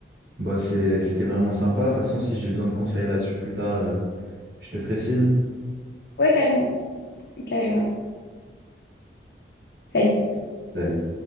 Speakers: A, on the right; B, on the left.
A: Bah, c'est, c'était vraiment sympa. De toute façon, si j'ai besoin de conseils là-dessus plus tard, euh, je te ferai signe.
B: Ouais, carrément, carrément. Salut.
A: Salut.